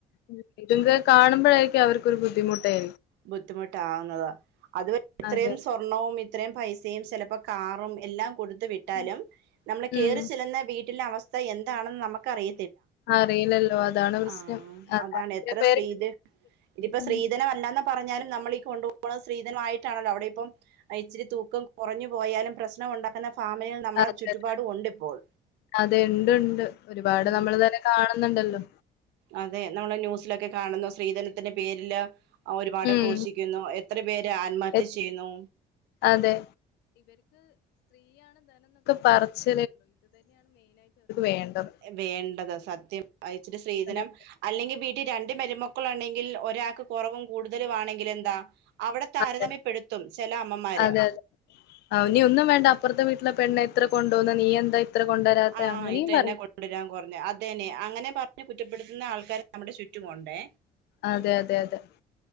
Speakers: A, on the left (about 80°); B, on the right (about 90°).
A: ഉം ഇതിന്റെ കാണുമ്പഴായിരിക്കും അവർക്കൊരു ബുദ്ധിമുട്ടേ
B: ബുദ്ധിമുട്ടാവുന്നതാ അത് ഇത്രയും
A: അതെ
B: സ്വർണ്ണവും ഇ ഇത്രേം പൈസയും ചെലപ്പോ കാറും എല്ലാം കൊടുത്ത് വിട്ടാലും
A: ഉം
B: നമ്മള് കേറി
A: ഉം.
B: ചെല്ലുന്ന വീ അവസ്ഥ എന്താണെന്ന് നമുക്കറി
A: അറിയില്ലല്ലോ അതാണ് പ്രശ്നം
B: ആ അതാണ് <unintelligible>
A: ചില പേര്
B: ഇതിപ്പോ
A: ഉം
B: സ്ത്രീധനം <unintelligible> പറഞ്ഞാലും നമ്മളീ കൊണ്ടുപോണ സ്ത്രീധനമായിട്ടാണല്ലോ അവിടെ ഇപ്പം ഇച്ചിരി തൂക്കം കുറഞ്ഞു പോയാലും പ്രശ്നം ഉണ്ടാക്കുന്ന ഫാമിലികൾ നമ്മളെ
A: അതെ
B: ചുറ്റുപാടും ഉണ്ട് ഇപ്പോൾ
A: അതെ ഉണ്ട് ഉണ്ട് ഒരുപാട്
B: ഉം
A: നമ്മൾ തന്നെ കാണുന്നുണ്ടല്ലോ
B: അതെ നമ്മള് ന്യൂസിലക്കെ കാണുന്ന സ്ത്രീധനത്തിന്റെ <unintelligible> ഒരുപാട്
A: ഉം
B: ക്രോശിക്കുന്നു എത്ര പേര് ആത്മഹത്യ
A: എത്
B: ചെയ്യുന്നു
A: അതെ പർച്ച് വേണ്ടത്
B: വേണ്ടത് സത്യം വച്ചിട്ട് സ്ത്രീധനം
A: അതെ
B: അല്ലെങ്കിൽ വീ രണ്ട് മരുമക്കൾ ഉണ്ടെങ്കിൽ ഒരാൾക്ക് കുറവും കൂടുതലും ആണെങ്കിൽ എന്താ അവിടെ താരതമ്യപ്പെടുത്തും
A: അതെ
B: ചില അമ്മമാര്
A: അതെ അതെ അവന് ഒന്നും വേണ്ട അപ്പുറത്തെ വീട്ടിലെ പെണ്ണ അത്ര കൊണ്ടുോന്ന നീ എന്താ ഇത്ര കൊണ്ടുവരാത്തെ
B: ആ
A: അങ്ങനെയും
B: ഇത് തന്നെ
A: പറയും
B: കൊണ്ടുവരാൻ <unintelligible> അതന്നെ അങ്ങനെ <unintelligible> അങ്ങനെ കുറ്റപ്പെടുത്തുന്ന ആൾക്കാര് നമ്മുടെ ചുറ്റുമുണ്ടേ
A: അതെ അതെ അതെ